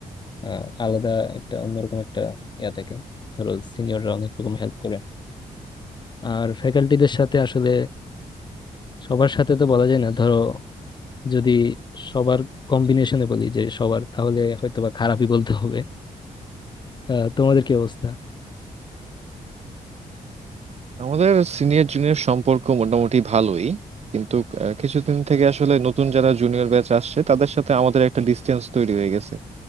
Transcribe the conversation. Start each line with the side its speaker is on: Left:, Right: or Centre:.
Left: আহ, আলাদা একটা অন্যরকম একটা ইয়া থাকে ধরো সিনিয়ররা অনেক রকম হেল্প করে আর ফ্যাকাল্টিদের সাথে আসলে সবার সাথে তো বলা যায় না ধরো যদি সবার কম্বিনেশনে বলি যে সবার তাহলে হয়তোবা খারাপই বলতে হবে আহ, তোমাদের কি অবস্থা
Right: আমাদের সিনিয়র জুনিয়র সম্পর্ক মোটামুটি ভালোই কিন্তু আহ, কিছুদিন থেকে আসলে নতুন যারা জুনিয়র ব্যাচ আসছে তাদের সাথে আমাদের একটা ডিসটেন্স তৈরি হয়ে গেছে